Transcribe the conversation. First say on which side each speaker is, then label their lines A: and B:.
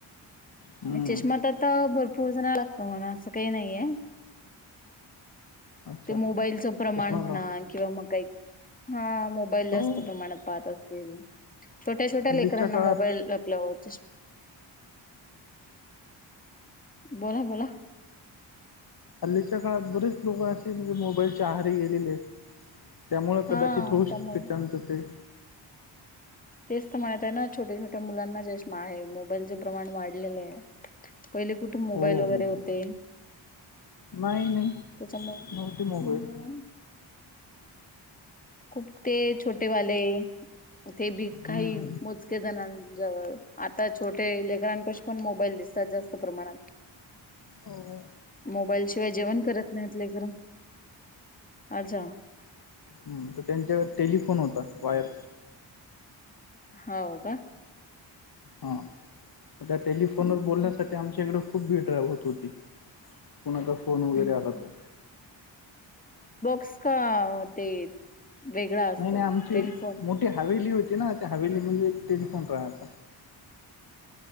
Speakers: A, on the left; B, on the left.
A: हम्म
B: चष्मा तर भरपूर जणा लागतो म्हणा असं काही नाहीये.
A: अच्छा
B: ते मोबाईलचं. प्रमाण
A: चष्मा
B: म्हणा
A: लाव
B: किंवा मग काही हा मोबाईल जास्त
A: हो
B: प्रमाणात पाहत असतील. छोट्या-छोट्या
A: हल्लीच्या
B: लेकरांना
A: काळात
B: मोबाईल लपल्या च बोला-बोला.
A: हल्लीच्या काळात बरेच लोकं असे म्हणजे मोबाईलचे आहारीे गेलेले आहेत. त्यामुळं
B: हा
A: कदाचित होऊ शकते
B: त्यामुळे
A: त्यांचं ते.
B: तेच तर म्हणत आहे ना छोट्या-छोट्या मुलांना चष्मा आहे, मोबाईलच प्रमाण वाढलेलं आहे. पहिले कुठे मोबाईल
A: हो हो
B: वगैरे
A: हो.
B: होते.
A: नाही नाही
B: त्याच्यामुळे
A: नव्हती
B: हम्म
A: मोबाईल
B: खूप ते छोटेवाले ते बी काही
A: हम्म.
B: मोज के जणांजवळ आता छोटे लेकरांपशी पण मोबाईल दिसतात जास्त प्रमाणात.
A: हो.
B: मोबाईल शिवाय जेवण करत नाहीत लेकर अच्छा.
A: हम्म तर त्यांच्यावर टेलिफोन होता वायर
B: हाव का?
A: हा. त्या टेलिफोन
B: हम्म
A: वर बोलण्यासाठी आमच्या इकडे खूप भीड्रव होत होती. कुणाचा फोन वगैरे
B: हम्म
A: आला तर.
B: कसं का ते. वेगळा असतो
A: नाही नाही आमची
B: टेलिफोन
A: मोठी हवेली हो ती ना त्या हवेली मध्ये एक टेलफोन राहाचा.